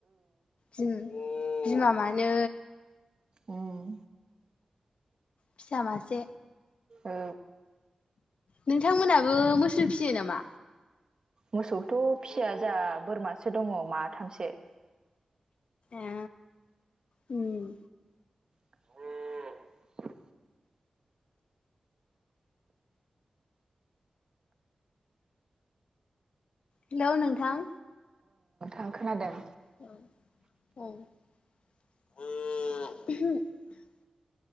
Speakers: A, on the left; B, on the right.
A: बि बिमा मानै
B: उम।
A: फिसा मासे।
B: औ
A: नोंथांमोनाबो मोसौ फियो नामा?
B: मोसौथ' फिसिया जाहा बोरमासो दङ माथामसो।
A: ए उम।
B: <inaudible>
A: हिलौ नोंथां
B: आं खोनादों ‌।
A: <unintelligible>